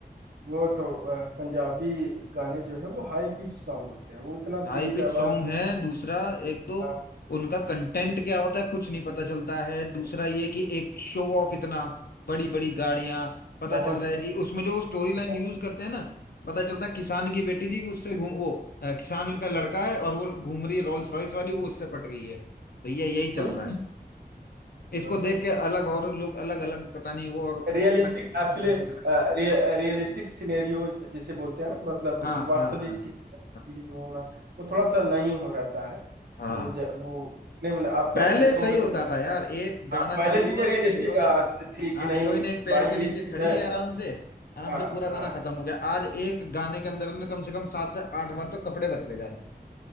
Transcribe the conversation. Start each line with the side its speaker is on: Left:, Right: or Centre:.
Right: वो तो अ, पंजाबी गाने जो है वो हाई पिच सॉन्ग होते हैं वो इतना
Left: हाई
Right: तेज
Left: पिच
Right: आवाज
Left: सॉन्ग
Right: में
Left: है दूसरा एक तो
Right: अ,
Left: उनका कंटेंट क्या होता है कुछ नहीं पता चलता है दूसरा ये कि एक शो ऑफ इतना बड़ी बड़ी गाड़ियां पता
Right: बहुत
Left: चल रहा है जी उसमें जो स्टोरी लाइन
Right: ज्यादा।
Left: यूज करते हैं ना पता चलता है किसान की बेटी जी उससे घूम वो अ, किसान का लड़का है और वो घूम रही है रोल्स रॉयस वाली वो उससे पट गई है तो ये यही चल
Right: हम्म
Left: रहा है इसको
Right: बस
Left: देख
Right: बस
Left: के अलग और लोग अलग अलग पता नहीं वो और अलग
Right: रियलिस्टिक
Left: दिशा
Right: एक्चुअली
Left: में पहुंचने लग
Right: रियलिस्टिक
Left: जाते हैं
Right: सिनेरियो जिसे बोलते हैं ना मतलब
Left: हाँ
Right: वास्तविक
Left: हाँ हाँ
Right: चीज चीजें
Left: हाँ
Right: होना वो थोड़ा सा नहीं हो रहता है
Left: हाँ
Right: वो ज, वो फिल्म में आप
Left: पहले
Right: अब देखोगे
Left: सही होता
Right: तो
Left: था यार एक गाना
Right: हाँ पहले
Left: चालू
Right: चीजें
Left: हुआ
Right: रियलिस्टिक
Left: हीरोइन
Right: थी
Left: हाँ
Right: कि नहीं
Left: हीरोइन एक पेड़
Right: भाई
Left: के नीचे
Right: ये चीज
Left: खड़ी
Right: है
Left: है आराम
Right: हाँ
Left: से आराम
Right: हाँ
Left: से पूरा
Right: हाँ
Left: गाना खत्म हो गया आज एक गाने के अंदर में कम से कम सात से आठ बार तो कपड़े बदले जाते हैं